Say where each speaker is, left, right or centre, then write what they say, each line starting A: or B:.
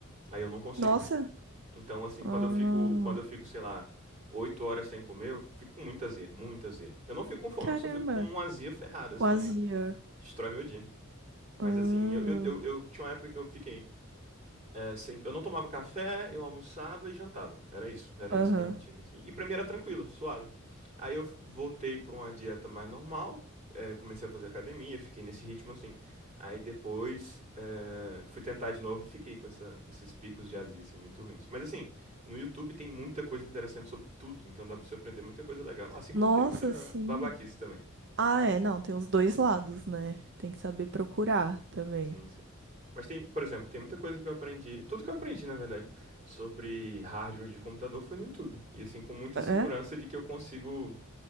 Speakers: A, on the right; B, on the right.
A: Aí eu não consigo.
B: Nossa,
A: Então, assim,
B: ah,
A: quando eu fico, quando eu fico, sei lá, oito horas sem comer, eu fico com muita azia, muita azia. Eu não fico com fome,
B: caramba,
A: só fico com uma azia ferrada, assim,
B: quase.
A: aí
B: ia.
A: destrói meu dia. Mas
B: Ah,
A: assim, eu, eu, eu, eu tinha uma época que eu fiquei. É, sem- eu não tomava café, eu almoçava e jantava. Era isso, era
B: Aham.
A: isso minha rotina, assim. E pra mim era tranquilo, suave. Aí eu f- voltei pra uma dieta mais normal, é, comecei a fazer academia, fiquei nesse ritmo assim. Aí depois é, fui tentar de novo e fiquei com essa- com esses picos de azia assim muito ruins. Mas assim, no YouTube tem muita coisa interessante sobre tudo, então dá pra você aprender muita coisa legal, assim como
B: Nossa,
A: tem muita
B: sim.
A: babaquice também.
B: Ah, é, não, tem os dois lados, né? Tem que saber procurar também.
A: Sim, sim. Mas tem, por exemplo, tem muita coisa que eu aprendi, tudo que eu aprendi, na verdade, sobre hardware de computador foi no YouTube. E assim, com muita
B: É?
A: segurança de que eu consigo